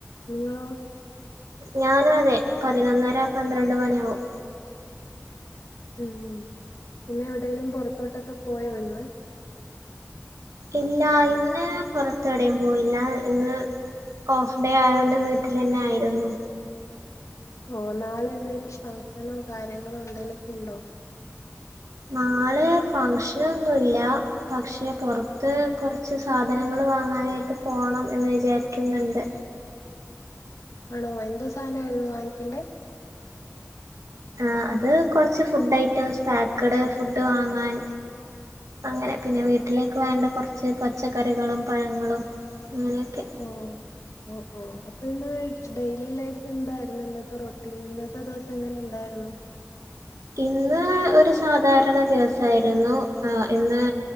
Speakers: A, on the left (about 80°); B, on the right (about 85°).
A: നിങ്ങളോ?
B: ഞാനും അതെ പതിനൊന്നര പന്ത്രണ്ട് മണിയാവും
A: ഉം ഉം പിന്നെ എവിടെലും പുറത്തോട്ടൊക്കെ പോയോ ഇന്ന്
B: ഇല്ല ഇന്ന് പുറത്ത് എവിടെയും പോയില്ല ഇന്ന് ഓഫ് ഡേ ആയോണ്ട് വീട്ടിലന്നെ ആയിരുന്നു
A: ഓ നാളെന്തേലും ഫംഗഷനോ കാര്യങ്ങളോ എന്തേലുക്കെ ഇണ്ടോ?
B: നാളെ ഫങ്ങ്ഷനൊന്നുംല്ല പക്ഷെ പുറത്ത് കുറച്ച് സാധനങ്ങൾ വാങ്ങാനായിട്ട് പോണം എന്ന് വിചാരിക്കുന്നുണ്ട്
A: ആണോ എന്ത്‌ സാധനയിരുന്നു വാങ്ങിക്കണ്ടേ?
B: ആ അത് കുറച്ച് ഫുഡ് ഐറ്റംസ് പക്ക്ഡ് ഫുഡ് വാങ്ങാൻ അങ്ങനെ പിന്നെ വീട്ടിലേക്ക് വേണ്ട കുറച്ച് പച്ചക്കറികളും പഴങ്ങളും അങ്ങനെയൊക്കെ
A: ഓ ഓ ഓ ഓ അപ്പൊ ഇന്ന് ഡെയിലി ലൈഫ് അപ്പോ ഇന്ന് ഡെയിലി ലൈഫ് എന്തായിരുന്നു ഇന്നത്തെ റൊട്ടീൻ ഇന്നത്തെ ദിവസം എങ്ങനെ ഉണ്ടായിരുന്നു?
B: ഇന്ന് ഒരു സാധാരണ ദിവസായിരുന്നു ആ ഇന്ന്